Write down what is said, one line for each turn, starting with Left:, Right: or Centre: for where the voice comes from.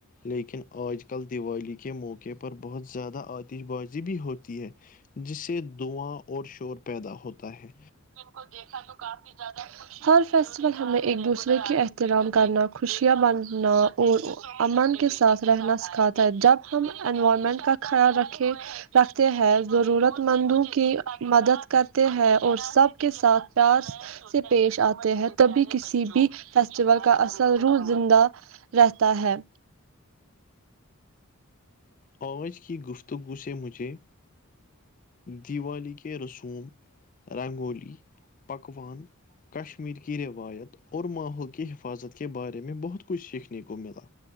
Left: لیکن آج کل دیوالی کے موقع پر بہت زیادہ آتی بازی بھی ہوتی ہے جس سے دعاں اور شور پیدا ہوتا ہے
Right: کو دیکھا تو کافی زیادہ ہر فیسٹول ہمیں ایک دوسرے کے احترام کرنا خوشیاں بننا اور امن کے ساتھ رہنا سکھاتا ہے جب ہم انوائرمنٹ کا خیال رکھیں رکھتے ہیں ضرورت مندوں کی مدد کرتے ہیں اور سب کے ساتھ پیار سے پیش آتے ہیں تبھی کسی بھی فیسٹیول کا اصل روح زندہ رہتا تتا ہے
Left: آج کی گفتگو سے مجھے دیوالی کے رسوم رنگولی پکان کشمیر کی روایت اور ماحول کی حفاظت کے بارے میں بہت کچھ سیکھنے کو ملا